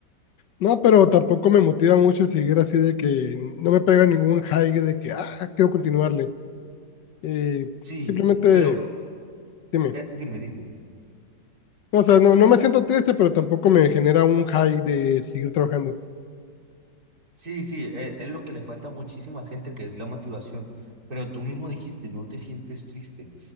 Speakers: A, on the left; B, on the right.
A: no, pero tampoco me motiva mucho seguir así de que no me pega ningún high de que, ah, quiero continuarle. Eh,
B: Sí,
A: simplemente,
B: pero
A: dime.
B: eh, dime, dime.
A: No, o sea, no, no me siento triste, pero tampoco me genera un high de seguir trabajando.
B: Sí, sí, eh, es lo que le falta a muchísima gente, que es la motivación. Pero tú mismo dijiste, no te sientes triste.